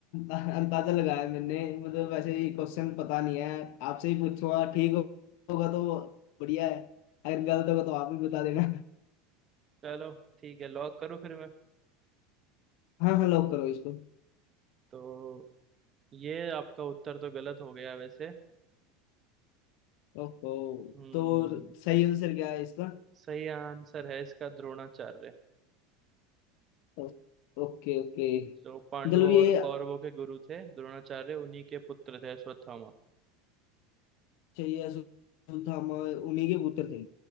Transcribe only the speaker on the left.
अ- अंदाजा लगाया मैंने मतलब वैसे ये क्वेश्चन पता नहीं है आपसे ही पूछूंगा ठीक हो- होगा तो बढ़िया है अगर गलत होगा तो आप भी बता देना
हाँ हाँ लॉक करो इसको
ओहो
तो सही आंसर क्या है इसका
ओ- ओके ओके
चलो ये
चाहिए असुधामा उन्हीं के पुत्र थे